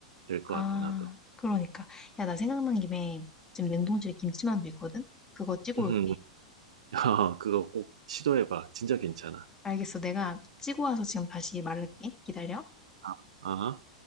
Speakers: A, on the right; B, on the left.
A: 될 것
B: 아,
A: 같아, 나도.
B: 그러니까. 야, 나 생각난 김에 지금 냉동실에 김치만두 있거든? 그거 찌고
A: 음,
B: 올게.
A: <laughs> 어, 그거 꼭 시도해봐. 진짜 괜찮아.
B: 알겠어. 내가 찌고 와서 지금 다시 말할게. 기다려.
A: 아, 아.